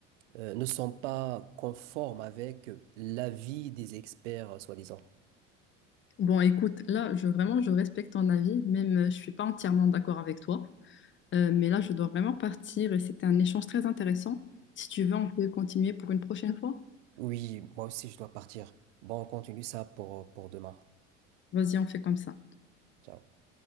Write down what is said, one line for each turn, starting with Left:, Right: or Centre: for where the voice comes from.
Right: euh, ne sont pas conformes avec euh, l'avis des experts, euh, soi-disant.
Left: Bon, écoute, là, je, vraiment, je respecte ton avis, même euh, je suis pas entièrement d'accord avec toi. Euh, mais là, je dois vraiment partir et c'était un échange très intéressant. Si tu veux, on peut continuer pour une prochaine fois.
Right: Oui, moi aussi, je dois partir. Bon, on continue ça pour, euh, pour demain.
Left: Vas-y, on fait comme ça.
Right: Ciao.